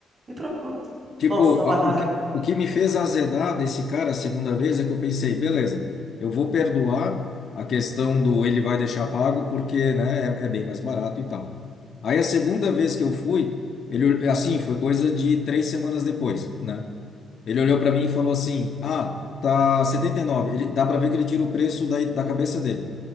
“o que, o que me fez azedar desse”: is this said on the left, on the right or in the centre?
Left